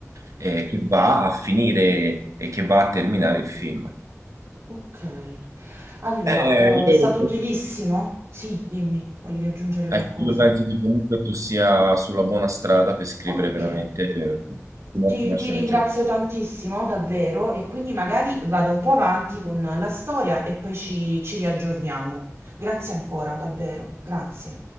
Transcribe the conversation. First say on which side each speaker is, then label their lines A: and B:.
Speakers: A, on the right; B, on the right.
A: eh, che va a finire e che va a terminare il film.
B: ok. Allora,
A: Eh,
B: eh,
A: io,
B: è stato utilissimo? Sì, dimmi, volevi aggiungere qualcosa?
A: ecco, io penso che comunque tu sia sulla buona strada per scrivere
B: Ok,
A: veramente eh, un'ottima
B: ti, ti
A: sceneggiatura.
B: ringrazio tantissimo, davvero, e quindi magari vado un po' avanti con la storia e poi ci ci riaggiorniamo. Grazie ancora, davvero, grazie.